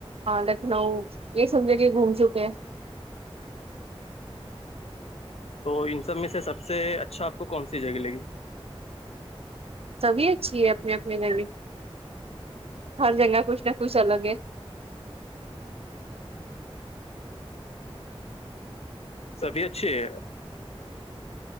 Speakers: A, on the right; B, on the left.
A: لکھنؤ یہ سم جگے گھوم چکے ہیں
B: تو ان سب میں سے سب سے اچھا آپ کو کون سی جگہ لگی
A: سبھی اچھی ہے اپنے اپنے ریلی ہر جگہ کچھ نہ کچھ الگ ہے
B: سبھی اچھے ہے